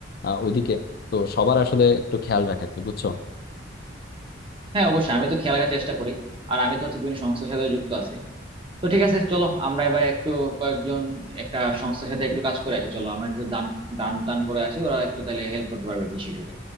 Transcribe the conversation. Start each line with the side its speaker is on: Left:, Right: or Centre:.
Left: আহ, ওদিকে তো সবার আসলে একটু খেয়াল রাখা আর কি বুঝছো
Right: হ্যাঁ অবশ্যই আমি তো খেয়াল রাখার চেষ্টা করি আর আমি তো হচ্ছে বিভিন্ন সংস্থার সাথে যুক্ত আছি তো ঠিক আছে চলো আমরা এবার একটু কয়েকজন একটা সংস্থার সাথে একটু কাজ করে আসি চলো আমরা কিছু দান দান টান করে আসি ওরা একটু তাহলে হেল্প করতে পারবে কৃষি